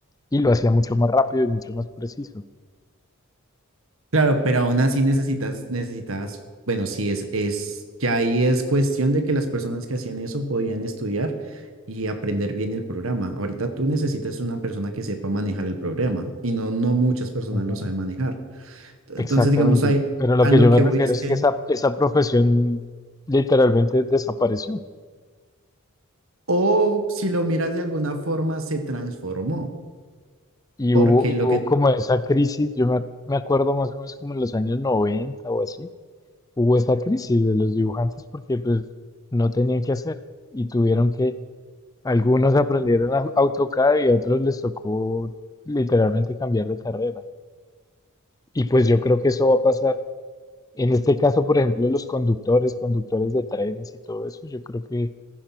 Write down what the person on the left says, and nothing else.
Y lo hacía mucho más rápido y mucho más preciso.
Ujú,
Exactamente.
Pero lo
que
yo
me refiero
es
que esa, esa profesión literalmente desapareció.
Y
hubo, y
hubo
como esa crisis, yo me, me acuerdo más o menos como en los años 90 o así, hubo esa crisis de los dibujantes porque pues no tenían qué hacer y tuvieron que, algunos aprendieron a AutoCAD y a otros les tocó literalmente cambiar de carrera. Y pues yo creo que eso va a pasar. En este caso, por ejemplo, los conductores, conductores de trenes y todo eso, yo creo que